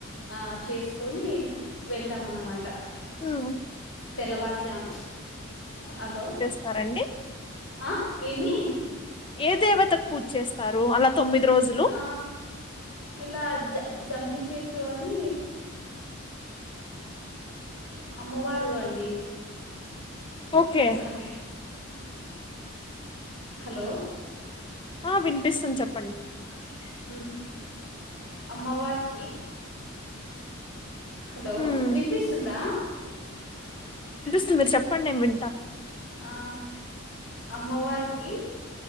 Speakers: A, on the left (about 65°); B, on the left (about 25°).
A: ఆ చేసుకొని వెళ్తాంన్నమాట
B: హ్మ్
A: తెల్లవారుజామ్ హలో
B: సరండి
A: ఆ ఏమి
B: ఏ దేవతకు పూజ చేస్తారు అలా తొమ్మిది రోజులు
A: ఆ ఇలా అజ్జ జమ్మి చెట్టు అని అమ్మ వార్ ండి
B: ఓకే
A: హ హలో
B: ఆ వినిపిస్తుంది చెప్పండి
A: ఆ వినిపిస్తుంది అమ్మవారినీ హలో
B: హ్మ్
A: వినిపిస్తుందా ఆ వినిపిస్తుంది
B: మీరు చెప్పండి నేను వింటా
A: అ అమ్మవారికి